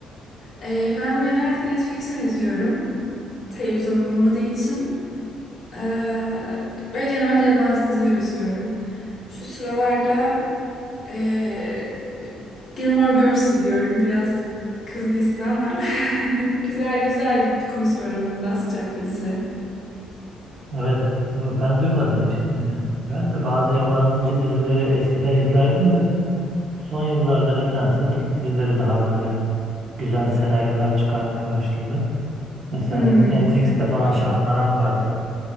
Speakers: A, on the left; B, on the right.
A: Ee, ben genelde Netflix'ten izliyorum. Televizyonum olmadığı için. Ee, ve genelde yabancı diziler izliyorum. Şu sıralarda Ee, Gilmore Girls izliyorum. Biraz kız dizisi ama <laughs> güzel güzel bir konusu var onun da sıcak bir dizi.
B: Evet, yo, ben duymadım hiç ismini. Ben de bazı yabancı dizileri eskiden izlerdim de son yıllarda nedense Türk dizileri daha böyle güzel senaryolar çıkarmaya başladı. Mesela
A: Hmm,
B: hani Netflix'te falan Şahmaran vardı.